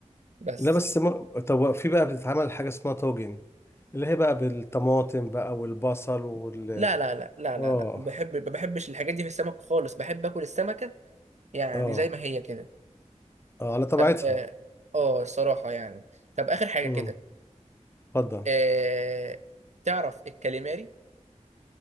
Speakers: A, on the right (about 65°); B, on the left (about 20°).
A: بس
B: لا بس م... طب في بقى بتتعمل حاجة اسمها طاجن اللي هي بقى بالطماطم بقى والبصل وال
A: لا لا لا لا
B: اه
A: لا لا بحب ما بحبش الحاجات دي في السمك خالص بحب اكل السمكة يعني
B: اه
A: زي ما هي كده
B: اه على طبيعتها
A: طب اه آه، الصراحة يعني طب اخر حاجة
B: امم
A: كده
B: اتفضل
A: آه... تعرف الكاليماري